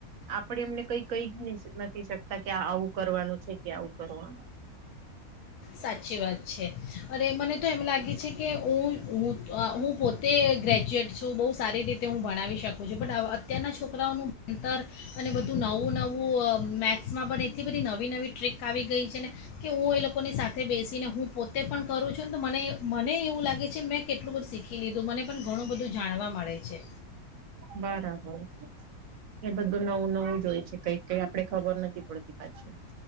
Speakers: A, on the right (about 65°); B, on the left (about 80°).
A: આપડે એમને કઈ કઈ જ નથી શકતા કે આવું કરવાનું છે કે આવું કરવાનું.
B: સાચી વાત છે અરે મને તો એમ લાગે છે કે ઉ ઉ અ હું પોતે ગ્રેજ્યુએટ છું બહુ સારી રીતે હું ભણાવી શકું છું બટ અત્યારના છોકરાઓનું ભણતર અને બધું નવું-નવું અ મેથ્સમાં પણ એટલી બધી નવી-નવી ટ્રીક આવી ગઈ છે ને કે હું એ લોકોની સાથે બેસીને હું પોતે પણ કરું છું ને તો મને મને એવું લાગે છે મેં કેટલું બધું શીખી લીધું મને પણ ઘણું બધું જાણવા મળે છે.
A: બરાબર એ બધું નવું-નવું જો હોય છે કઈક કઈક આપડે ખબર નથી પડતી પાછી.